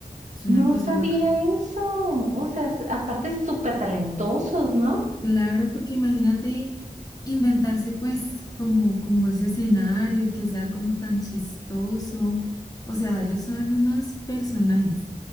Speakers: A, on the left; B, on the right.
A: Es una
B: No
A: cosa
B: sabía
A: loca.
B: eso. O sea, s- aparte súper talentosos, ¿no?
A: Claro, porque imagínate inventarse pues como, como ese escenario y que sea como tan chistoso. O sea, ellos son unos personajes.